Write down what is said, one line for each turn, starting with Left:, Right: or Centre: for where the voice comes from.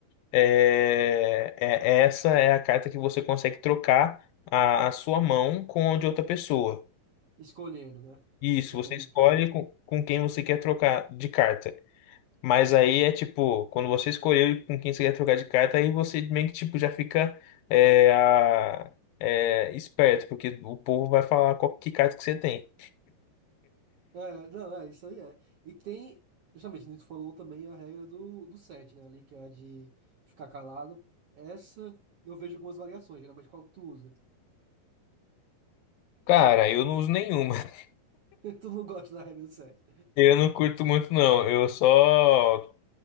Left: É, é- é essa é a carta que você consegue trocar a, a sua mão com a de outra pessoa.
Right: Escolhendo, né?
Left: Isso,
Right: Independente
Left: você escolhe
Right: de quem seja.
Left: com, com quem você quer trocar de carta. Mas aí é tipo, quando você escolheu com quem você quer trocar de carta, aí você meio que tipo, já fica é, a- é, esperto, porque o povo vai falar qual que carta que você tem.
Right: É, não, é, isso aí é. E tem, justamente, Nito falou também a regra do, do sete, né? Ali, que é a de ficar calado. Essa eu vejo algumas variações, geralmente qual tu usa.
Left: Cara, eu não uso nenhuma. <laughs>
Right: <laughs> Tu não gosta da regra do sete.
Left: Eu não curto muito, não. Eu só.